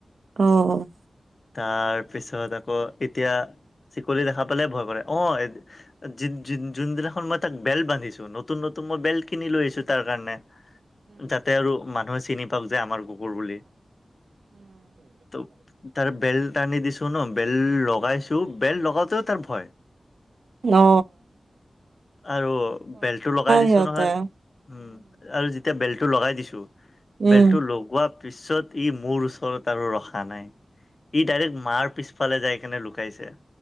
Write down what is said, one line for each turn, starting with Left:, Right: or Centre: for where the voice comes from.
Right: অ
Left: তাৰপিছত আকৌ এতিয়া চিকলি দেখা পালে ভয় কৰে অঁ। জিন জিন যোনদিনাখন মই তাক বেল্ট বান্ধিছো নতুন নতুন মই বেল্ট কিনি লৈ আহিছো তাৰ কাৰণে। যাতে আৰু মানুহে চিনি পাওক যে আমাৰ কুকুৰ বুলি। ত তাৰ বেল্ট আনি দিছোঁ ন বেল্ট লগাইছোঁ বেল্ট লগাতেও তাৰ ভয়।
Right: অ
Left: আৰু বেল্টটো লগাই দিছো
Right: সিহঁতে
Left: নহয় উম আৰু এতিয়া বেল্টটো লগাই দিছো
Right: উম
Left: বেল্টো লগোৱা পিছত ই মোৰ ওচৰত আৰু ৰখা নাই। ই ডাইৰেক্ট মাৰ পিছফালে যাই কেনে লুকাইছে